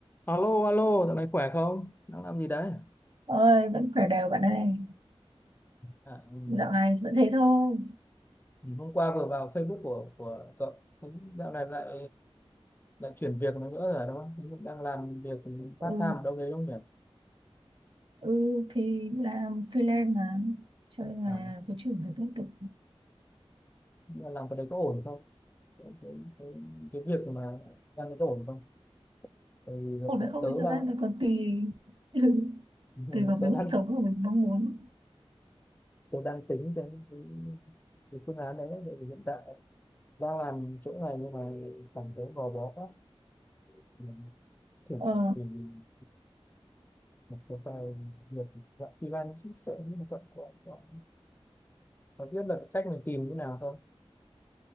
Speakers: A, on the left (about 20°); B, on the right (about 55°).
A: Alo, alo, dạo này khỏe không? Đang làm gì đấy?
B: ơi vẫn khỏe đều bạn ơi
A: À, ừm,
B: dạo này vẫn thế thôi
A: hôm qua vừa vào Facebook của của cậu, thấy dạo này lại lại chuyển việc nữa rồi đúng không? Đang làm việc
B: ừ,
A: part time ở đâu đấy đúng không nhỉ?
B: ừ thì làm freelance mà cho nên là
A: À,
B: cái chuyển việc liên tục
A: nhưng mà làm cái đấy có ổn không? Cái, cái, cái cái việc mà đang có ổn không? Tại vì hiện
B: ổn
A: tại
B: hay không
A: tớ
B: thì thật
A: đang
B: ra là còn tùy <laughs>
A: <laughs>
B: tùy vào
A: tớ
B: cái mức
A: đang
B: sống của mình mong muốn
A: tớ đang tính cho cái, cái phương án đấy, đấy. Tại vì hiện tại đang làm chỗ này nhưng mà cảm thấy gò bó quá. Mình thử
B: ờ
A: tìm một cái vài việc dạng freelance chứ sợ nhưng mà cậu có có có biết là cách mình tìm như nào không